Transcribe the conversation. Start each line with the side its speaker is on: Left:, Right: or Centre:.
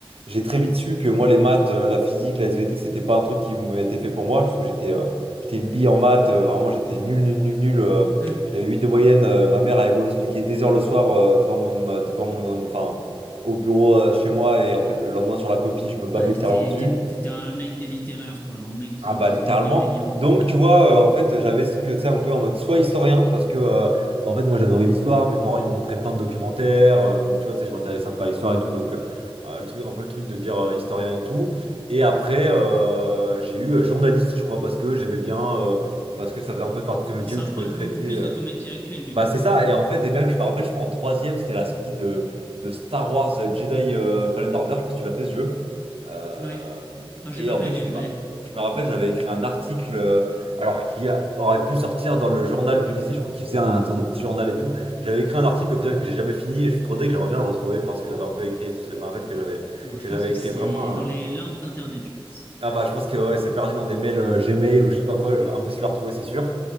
Right: j'ai très vite su que moi les maths, euh, la physique, la SVT c'était pas un truc qui m'était fait pour moi, parce que j'étais euh, j'étais une bille en maths, euh, vraiment j'étais nul, nul, nul, nul. euh,
Left: <laughs>
Right: j'avais 8 de moyenne, euh, ma mère avait beau m'expliquer des heures le soir euh, devant mon, devant mon, enfin, au bureau euh, chez moi, et en fait le lendemain sur la copie je me bavais
Left: Ah, t'étais,
Right: littéralement dessus.
Left: t'étais t'étais un mec des littéraires, quoi. Un mec qui,
Right: Ah bah
Left: qui
Right: littéralement.
Left: voulait lire des livres.
Right: Donc tu vois, euh, en fait, j'avais ce truc, tu sais, un peu en mode soit historien, parce que euh, bah, en fait moi j'adorais l'histoire, mes parents ils me montraient plein de documentaires, euh, donc tu vois, tu sais, je m'intéressais un peu à l'histoire et tout, donc euh, euh, le truc, un peu le truc de dire euh, historien et tout. Et après euh, j'ai eu euh, journaliste, je crois, parce que j'aimais bien, euh, parce que ça faisait un peu partie de
Left: Qui
Right: ce métier
Left: se
Right: où
Left: rapproche
Right: tu pouvais traiter.
Left: beaucoup plus
Right: euh,
Left: de ton métier actuel, du
Right: bah
Left: coup.
Right: c'est ça, et en fait, et même je me rappelle, je crois en troisième, c'était la sortie de, de Star Wars Jedi euh, Fallen Order, je sais pas si tu l'as fait ce jeu. Euh,
Left: Oui. Enfin, j'ai
Right: et
Left: pas
Right: en
Left: fait,
Right: fait,
Left: mais
Right: je
Left: je
Right: me,
Left: connais.
Right: je me rappelle, j'avais écrit un article, euh, alors qui a- aurait pu sortir dans le journal du lycée, je crois qu'il faisait un, sorte de petit journal et tout. J'avais écrit un article au final que j'ai jamais fini, et je suis trop deg, j'aimerais bien le retrouver, voir ce que j'avais un peu écrit et tout, ce que je me rappelle que j'avais
Left: Oh, je
Right: que
Left: pense
Right: j'avais
Left: que
Right: écrit
Left: c'est
Right: vraiment
Left: dans
Right: un-
Left: les limbes d'Internet, je pense.
Right: Ah bah je pense que ouais, c'est perdu dans des mails euh, Gmail ou je sais pas quoi, impossible à retrouver, c'est sûr.